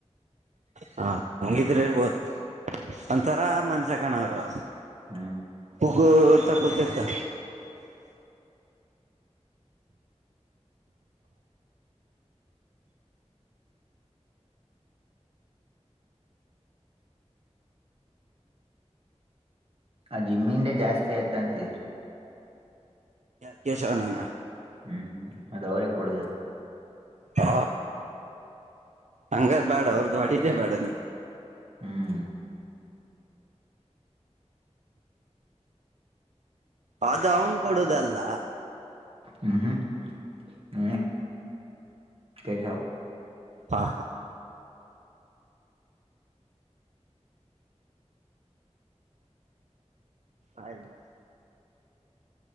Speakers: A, on the right; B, on the right.
A: ಹಾ ಹಂಗಿದ್ರೆ ಹೇಳ್ಬೋದು ಒಂಥರ ಮನ್ಸಕಣ ಅವರು
B: ಹ್ಮ್
A: <unintelligible>
B: ಆ ಜಿಮ್ಮಿಂದೇ ಜಾಸ್ತಿ ಆಯ್ತ ಅಂತಿದ್ರಿ
A: ಯಾರು ಕೇಶವಣಾನ
B: ಹ್ಮ್ ಅದು ಅವರೇ ಕೊಡುದಲ್ಲ
A: ಹ ಹಂಗರ್ ಬ್ಯಾಡ ಅವ್ರದ್ದು ಅಡಿದ್ದೇ ಬೇಡ ನೀ
B: ಹ್ಮ್
A: ಅದು ಅವನ್ ಕೊಡುದಲ್ಲ
B: ಹ್ಮ್ ಹ್ಮ್ ಹ್ಮ ಕಸ
A: ಹಾ ಆಯಲ್ಲ